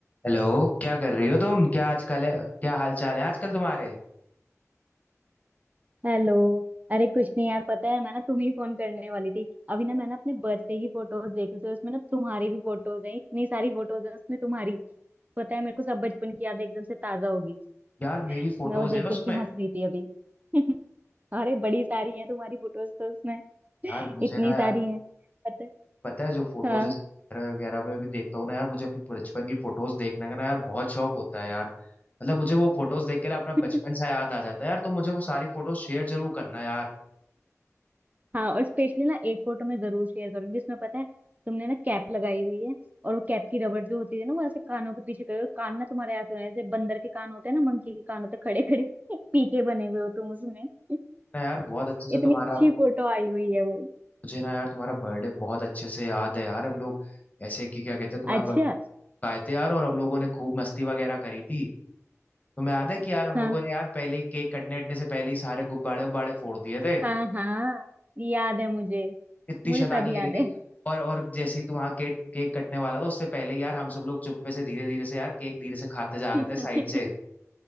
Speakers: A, on the left (about 30°); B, on the right (about 30°).
A: Hello क्या कर रही हो तुम क्या आजकल है क्या हाल चाल है आजकल तुम्हारे
B: Hello अरे कुछ नहीं यार पता है मैं ना तुम्हें ही फोन करने वाली थी अभी ना मैंने अपने बर्थडे की फोटोज देखी थी उसमें ना तुम्हारी भी फोटोज हैं इतनी सारी फोटोज हैं उसमें तुम्हारी पता है मेरे को सब बचपन की याद एकदम से ताजा होगी
A: यार मेरी फोटोज
B: मैं वो देख
A: हैं
B: देख
A: उसमें
B: के हंस रही थी अभी <laughs> अरे बड़ी सारी है तुम्हारी फोटोज तो उसमें <laughs>
A: यार मुझे
B: इतनी
A: ना
B: सारी
A: यार
B: है पता है
A: पता है जो फोटोज
B: हाँ
A: ऐसे वगैरह वगैरह में भी देखता हूँ ना यार मुझे अपनी बचपन की फोटोज देखने का ना यार बहुत शौक होता है यार मतलब मुझे वो फोटोज देख के ना अपना बचपन
B: <laughs>
A: सा याद आ जाता है यार तुम मुझे वो सारी फोटोज शेयर जरूर करना यार
B: हाँ और स्पेशली ना एक फोटो मैं जरूर शेयर करूंगी इसमें पता है तुमने ना कैप लगाई हुई है और वो कैप की रबड़ जो होती है ना वो ऐसे कानों के पीछे करी और कान ना तुम्हारे ऐसे होने हैं, जैसे बंदर के कान होते हैं ना मंकी के कान होते हैं खड़े खड़े <laughs> पीके बने हुए हो तुम उसमें <laughs>
A: ना यार बहुत अच्छे से
B: इतनी
A: तुम्हारा
B: अच्छी फोटो आई हुई है वो
A: मुझे ना यार तुम्हारा बर्थडे बहुत अच्छे से याद है यार हम लोग ऐसे कि क्या कहते हैं तुम्हारे
B: अच्छा
A: बर्थडे आए थे यार और हम लोगों ने खूब मस्ती वगैरह करी थी तुम्हें याद है कि यार हम
B: हाँ
A: लोगों ने यार पहले ही केक कटने अटने से पहले ही सारे गुब्बारे उब्बारे फोड़ दिए थे
B: हाँ हाँ याद है मुझे
A: इतनी
B: मुझे
A: शैतानी
B: सब याद
A: करी थी
B: है
A: और और जैसे ही तू वहाँ केक केक कटने वाला था उससे पहले यार हम सब लोग चुप्पे से धीरे धीरे से यार केक धीरे से खाते जा
B: <laughs>
A: रहे थे साइड से